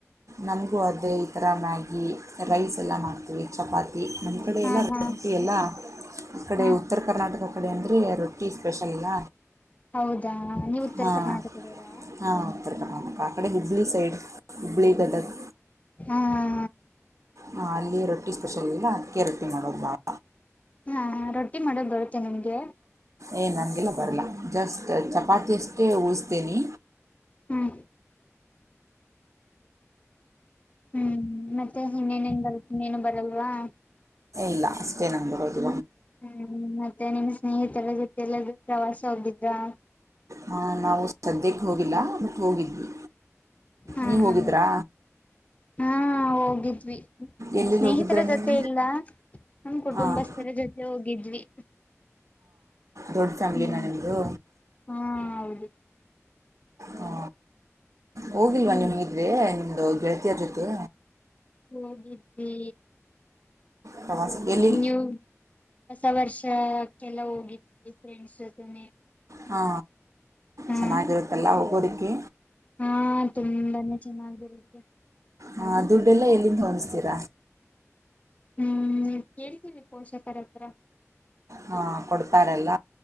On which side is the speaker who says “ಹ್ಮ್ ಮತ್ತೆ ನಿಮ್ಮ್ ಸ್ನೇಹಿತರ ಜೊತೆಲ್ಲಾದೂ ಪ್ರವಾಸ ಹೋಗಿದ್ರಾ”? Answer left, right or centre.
Left